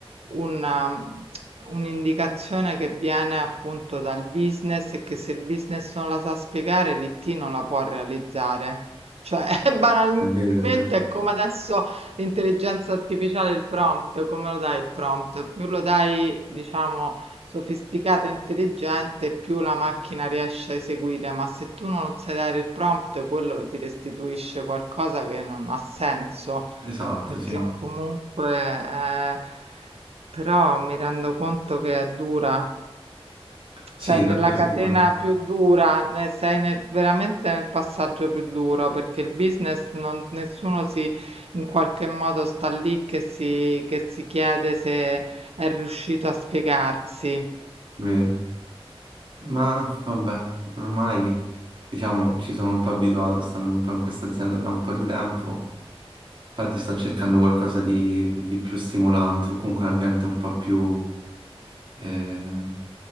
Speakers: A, on the right; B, on the right.
A: una, un'indicazione che viene appunto dal business e che se il business non la sa spiegare, l'IT non la può realizzare. Cioè, <laughs>
B: È vero,
A: banalmente
B: è vero.
A: è come adesso l'intelligenza artificiale il prompt, come lo dai il prompt? Più lo dai, diciamo, sofisticato e intelligente, più la macchina riesce a eseguire, ma se tu non sai dare il prompt, quello ti restituisce qualcosa che non ha senso,
B: Esatto,
A: perché
B: sì.
A: Esatto, sì. comunque, eh, però mi rendo conto che è dura.
B: Sì,
A: Sei
B: è
A: nella
B: davvero
A: Sì, catena
B: duro,
A: più dura, eh, sei nel- veramente nel passaggio più duro perché il business non, nessuno si in qualche modo sta lì che si, che si chiede se è riuscito a spiegarsi.
B: vero. Ma vabbè, ormai diciamo ci sono un po' abituato, stando un po' in questa azienda da un po' di tempo. Infatti sto cercando qualcosa di, di più stimolante o comunque un ambiente un po' più eh,